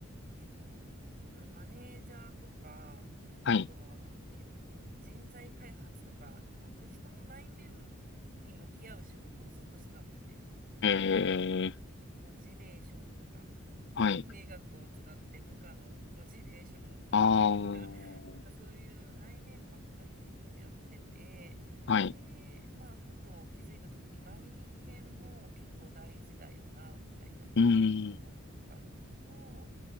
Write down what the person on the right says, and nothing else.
えっと、マ、マネージャーとか、あとは、
えっと、人材開発とか、本当に人の内面に向き合う仕事をずっとしてたんですね。
モチベーションとか、
心理学を使って部下のモチベーションを考えるとか、
<laughs> なんかそういう内面ばっかりのことをやってて、
で、まあ、ふと気づいた時に外見も結構大事だよな、みたいな感じで思ったのと、